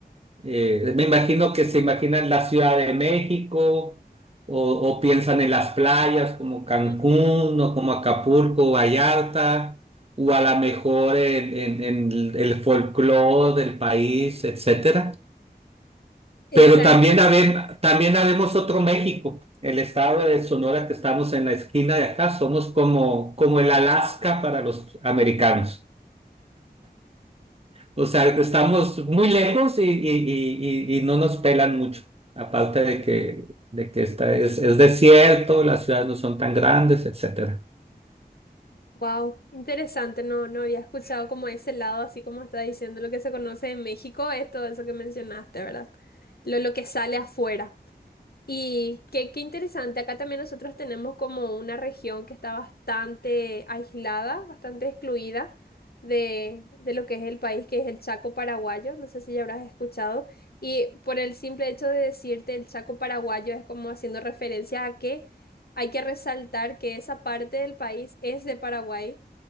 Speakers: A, on the right; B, on the left.
A: Eh, me imagino que se imaginan la Ciudad de México o, o piensan en las playas como Cancún
B: Ujú.
A: o como Acapulco, Vallarta, o a lo mejor en, en- en el el folclore del país, etcétera.
B: Exactamente.
A: Pero también habem- también habemos otro México, el estado de Sonora que estamos en la esquina de acá, somos como, como el Alaska para los americanos. O sea, estamos muy lejos y, y, y, y- y no nos pelan mucho. Aparte de que, de que esta es, es desierto, las ciudades no son tan grandes, etcétera.
B: Wow, interesante. No, no había escuchado como ese lado, así como está diciendo lo que se conoce en México, es todo eso que mencionaste, ¿verdad? Lo, lo que sale afuera. Y qué, qué interesante, acá también nosotros tenemos como una región que está bastante aislada, bastante excluida de, de lo que es el país, que es el Chaco paraguayo, no sé si ya habrás escuchado, y por el simple hecho de decirte el Chaco paraguayo es como haciendo referencia a que hay que resaltar que esa parte del país es de Paraguay